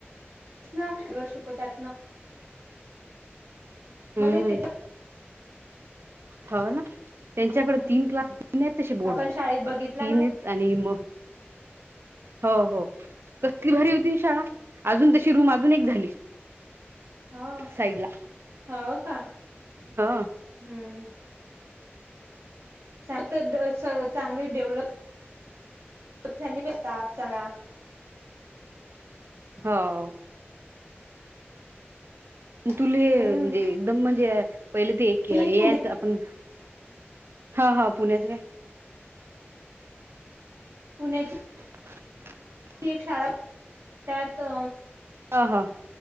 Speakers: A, on the right; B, on the right.
A: ना ड शिकवतात ना. आम्हाला
B: हम्म हम्म.
A: त्याच्या
B: हो ना त्यांच्याकडे
A: हम्म
B: तीन क्लास तीन आहेत ते बोर्ड
A: आपण शाळेत बघितला
B: तीन
A: न
B: आहेत. आणि म हो हो. कसली भरी होती शाळा अजून तशी रूम अजून एक झाली.
A: हो
B: साईडला
A: हो का
B: हा.
A: हम्म. चांग तर चांगली डेव्हलप खूप थंडी बा चगा
B: हो. तुलेजे
A: हम्म
B: एकदम म्हणजे पहिले ते एक
A: मी
B: ऐआय.
A: पुण्या
B: आपण हा हा पुण्याच का.
A: पुणे.
B: <unintelligible>
A: ती एक शाळा त्यात अ
B: हां हां.